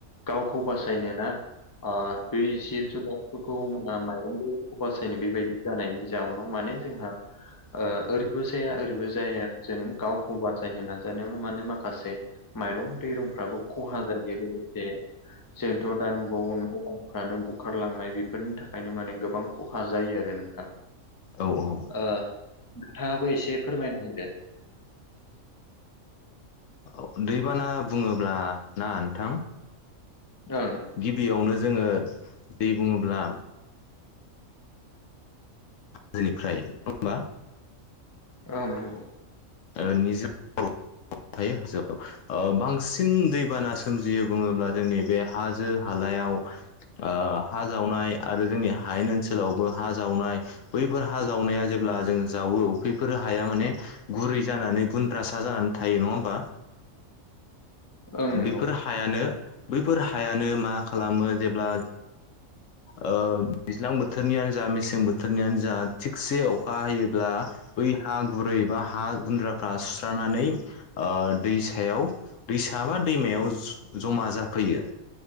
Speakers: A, on the left; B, on the left.
A: गावखौ बासायनो ना आ बे जिब जुनारफोरखौ माइरं दैरंखौ बासायनो बेबायदि। जानायनि जाउनाव माने जोंहा ओ ओरैबो जाया ओरैबो जाया जों गावखौ बासायनो नाजानायावनो माने माखासे माइरं दैरंफ्राबो खहा जायो लोगोसे जोंथ' दा नुबावो नफ्रानो बुखारलांनाय बेफोरनि थाखायनो माने गोबां खहा जायो आरो नोंथां
B: औ औ
A: ओ नोंथाङाबो एसे फोरमायना होदो
B: औ दैबाना बुङोब्ला ना नोंथां
A: ओं
B: गिबियावनो जोङो दै बुङोब्ला जेनिफ्राय नङा होमबा
A: ओं
B: ओ निजोम थायो हाजोआव ओ बांसिन दैबाना सोमजियो बुङोब्ला जोंनि बे हाजो हालायाव ओ हा जावनाय आरो जोंनि हायेन ओनसोलावबो हा जावनाय बैफोर हा जावनाया जेब्ला जों जावो बैफोर हाया माने गुरै जानानै गुन्द्रासा जानानै थायो नङा होमबा
A: ओं नंगौ
B: बेफोर हायानो बैफोर हायानो मा खालामो जेब्ला ओ दैज्लां बोथोरनियानो जा मेसें बोथोरनियानो जा थिगसे अखा हायोब्ला बै हा गुरै बा हा गुन्द्राफ्रा सुस्रनानै ओ दैसायाव दैसाबा दैमायाव जमा जाफैयो।